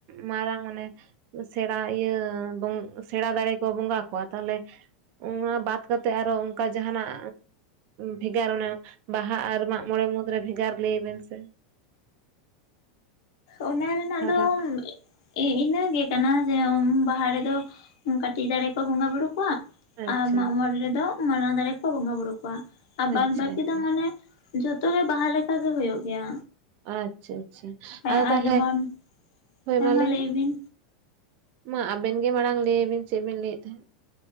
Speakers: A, on the right (about 55°); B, on the left (about 65°).
A: ᱢᱟᱨᱟᱝ ᱚᱱᱮᱼᱼᱼᱼᱼ ᱥᱮᱬᱟ ᱤᱭᱟᱹ ᱥᱮᱬᱟ ᱫᱟᱲᱮ ᱠᱚ ᱵᱚᱸᱜᱟ ᱠᱚᱣᱟ ᱛᱟᱦᱚᱞᱮᱼᱼᱼᱼ ᱚᱱᱟ ᱵᱟᱫ ᱠᱟᱛᱮᱜ ᱟᱨᱚ ᱚᱱᱠᱟ ᱡᱟᱦᱟᱱᱟᱜᱼᱼᱼᱼ ᱵᱷᱮᱜᱟᱨ ᱚᱱᱮ ᱵᱟᱦᱟ, ᱟᱨ ᱢᱟᱜᱢᱚᱬᱮ, ᱢᱩᱫᱽᱨᱮ ᱵᱷᱮᱜᱟᱨ ᱞᱮᱭ ᱵᱮᱱ ᱥᱮ,
B: ᱚᱱᱟ ᱨᱮᱱᱟᱜ
A: ᱯᱷᱟᱨᱟᱠ
B: ᱫᱚ, ᱮ ᱤᱱᱟᱹᱜᱮ ᱠᱟᱱᱟ ᱡᱮ ᱵᱟᱦᱟ ᱨᱮᱫᱚ, ᱠᱟᱹᱴᱤᱡ ᱫᱟᱨᱮ ᱠᱚ ᱵᱚᱸᱜᱟ ᱵᱩᱨᱩ ᱠᱚᱣᱟ᱾
A: ᱟᱪᱪᱷᱟ
B: ᱟᱨ ᱢᱟᱜ ᱢᱚᱬᱮ ᱨᱮᱫᱚ ᱢᱟᱨᱟᱝ ᱫᱟᱨᱮ ᱠᱚ ᱵᱚᱸᱜᱟ ᱵᱩᱨᱩ ᱠᱚᱣᱟ᱾ ᱟᱨ ᱵᱟᱫ
A: ᱟᱪᱪᱷᱟ
B: ᱵᱟᱹᱠᱤ
A: ᱟᱪᱪᱷᱟ
B: ᱫᱚ ᱢᱟᱱᱮᱼᱼᱼ ᱡᱷᱚᱛᱚ ᱜᱮ ᱵᱟᱦᱟ ᱞᱮᱠᱟ ᱜᱮ ᱦᱳᱭᱳᱜ ᱜᱮᱭᱟ᱾
A: ᱟᱪᱪᱷᱟ ᱟᱪᱪᱷᱟ
B: ᱦᱮᱸ
A: ᱟᱫᱚ
B: ᱟᱨ
A: ᱛᱟᱦᱟᱞᱮ,
B: ᱡᱮᱢᱚᱱ
A: ᱦᱳᱭ
B: ᱦᱮᱸ
A: ᱢᱟ ᱞᱮᱭ
B: ᱞᱟᱹᱭ
A: ᱢᱮ᱾
B: ᱵᱤᱱ
A: ᱢᱟ ᱟᱵᱮᱱ ᱜᱮ ᱢᱟᱲᱟᱝ ᱞᱮᱭᱵᱮᱱ ᱪᱮᱫ ᱵᱤᱱ ᱞᱮᱭᱮᱫ ᱛᱟᱦᱮᱸᱫ᱾